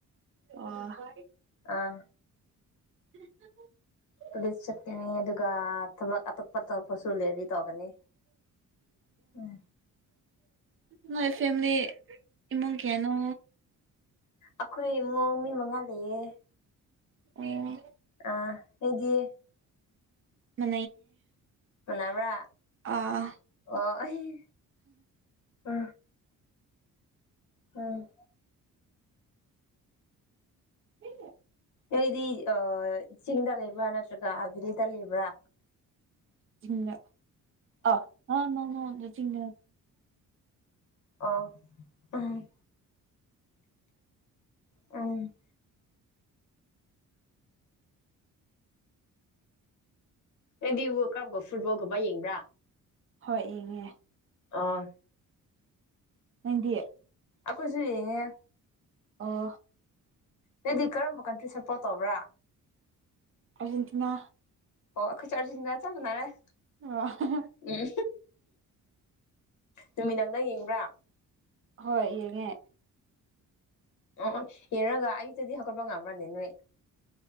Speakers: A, on the right (about 40°); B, on the left (about 65°).
A: ꯑꯣ
B: ꯑꯥ
A: <inaudible>
B: ꯄꯨꯂꯤꯁ ꯆꯛꯇꯦꯅꯤ ꯑꯗꯨꯒ ꯊ ꯐꯠꯇꯣ ꯐꯠꯁꯨ ꯂꯩꯔꯤ ꯇꯧꯒꯅꯤ ꯎꯝ
A: ꯅꯣꯏ ꯐꯦꯃꯤꯂꯤ ꯏꯃꯨꯡ ꯀꯌꯥꯅꯣ
B: ꯑꯩꯈꯣꯏ ꯏꯃꯨꯡ ꯃꯤ ꯃꯉꯥ ꯂꯩꯌꯦ
A: ꯑꯣ
B: ꯑ ꯍꯗꯤ
A: ꯃ
B: ꯃꯕ
A: ꯑꯥ
B: ꯑꯣ ꯑꯩ ꯑ ꯎꯝ
A: ꯊ
B: ꯅꯗꯤ ꯑ ꯆꯤꯡꯗ ꯂꯩꯕ꯭ꯔꯥ ꯅꯠꯇ꯭ꯔꯒ ꯕꯦꯂꯤꯗ ꯂꯩꯕ꯭ꯔꯥ
A: ꯆꯤꯡ ꯑ ꯑ ꯅꯅ ꯆꯤꯡ
B: ꯑ ꯎ ꯎꯝ ꯀꯦꯟꯗꯤ ꯕꯨ ꯀꯔꯒꯨꯝꯕ ꯐꯨꯠꯕꯣꯜꯒꯨꯝꯕ ꯌꯦꯡꯕ꯭ꯔꯥ
A: ꯍꯣꯏ ꯏꯉꯦ
B: ꯑꯥ
A: ꯅꯗꯤꯌꯦ
B: ꯑꯩꯈꯣꯏꯁꯨ ꯌꯦꯡꯉꯦ
A: ꯑꯣ
B: ꯅꯗꯤ ꯀꯔꯝꯕ ꯀꯟꯇ꯭ꯔꯤ ꯁꯞꯄꯣꯔꯠ ꯇꯧꯕ꯭ꯔꯥ
A: ꯑꯔꯖꯦꯟꯇꯤꯅꯥ
B: ꯑꯣ ꯑꯈ ꯆ ꯑꯔꯖꯟ ꯌꯥ ꯆ ꯃꯅꯔꯦ
A: ꯑ
B: ꯎꯝ ꯅꯨꯃꯤꯠ ꯅꯪꯅ ꯌꯦꯡꯕ꯭ꯔꯥ
A: ꯍꯣꯏ ꯌꯦꯡꯉꯦ
B: ꯑꯣ ꯌꯦꯡꯔꯒ ꯑꯌꯨꯛꯇꯗꯤ ꯍꯧꯒꯠꯄ ꯉꯝꯕ꯭ꯔ ꯅꯅꯦ ꯅꯣꯏ